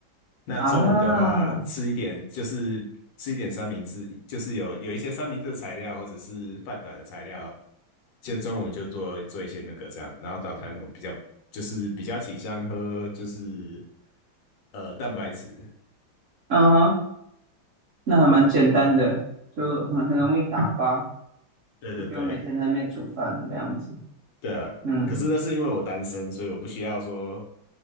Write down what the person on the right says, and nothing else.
啊，
啊，那还蛮简单的，
就很很容易打发，
就不用每天在那边煮饭那样子。
嗯，